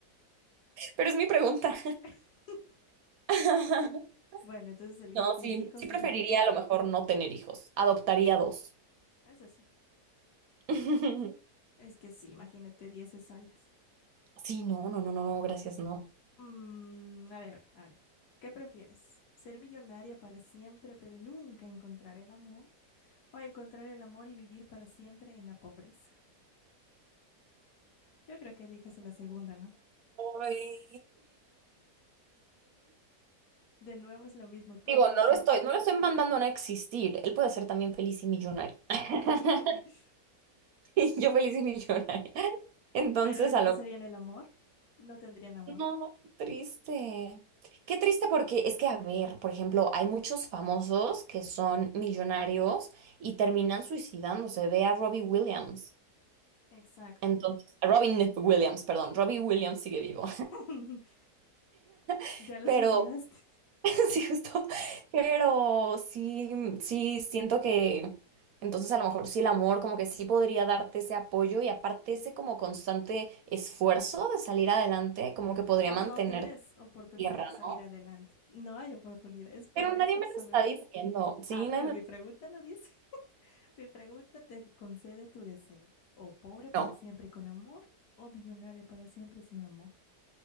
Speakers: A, on the right (about 65°); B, on the left (about 70°).
A: <laughs> Pero es mi pregunta.
B: <laughs>
A: <laughs>
B: Bueno, entonces eliges
A: No,
B: 10
A: sí,
B: hijos,
A: sí
B: te
A: preferiría
B: le...
A: a lo mejor no tener hijos. Adoptaría dos.
B: Eso sí.
A: <laughs>
B: Es que sí, imagínate 10 cesáreas.
A: Sí, no, no, no, no, no, gracias, no.
B: Mm, a ver, a ver. ¿Qué prefieres? ¿Ser millonaria para siempre, pero nunca encontrar el amor? ¿O encontrar el amor y vivir para siempre en la pobreza? Yo creo que eliges la segunda, ¿no?
A: Ay.
B: De nuevo es lo mismo, tu
A: Digo,
B: felicidad.
A: no lo estoy, no lo estoy mandando a no existir. Él puede ser también feliz y millonario. <laughs>
B: <laughs>
A: Y yo feliz y millonaria. Entonces,
B: Pero no
A: a lo...
B: serían el amor, no tendrían amor.
A: No, qué triste. Qué triste porque es que, a ver, por ejemplo, hay muchos famosos que son millonarios y terminan suicidándose. Ve a Robbie Williams.
B: Exacto.
A: Entonces, Robin Williams, perdón, Robbie Williams sigue vivo.
B: <laughs>
A: <laughs>
B: Ya lo
A: Pero,
B: suicidaste.
A: <laughs> sí, justo, pero sí, sí, siento que entonces a lo mejor sí el amor como que sí podría darte ese apoyo y aparte ese como constante esfuerzo de salir adelante, como que podría
B: No,
A: mantenerte
B: no tienes
A: en
B: oportunidad
A: tierra,
B: de salir
A: ¿no?
B: adelante. No hay oportunidad, es pobreza
A: Pero nadie
B: absoluta.
A: me lo está diciendo, sí,
B: Ah,
A: nadie
B: pero
A: me
B: mi
A: lo...
B: pregunta lo dice. <laughs> Mi pregunta te concede tu deseo. O pobre para
A: No.
B: siempre con amor, o millonario para siempre sin amor.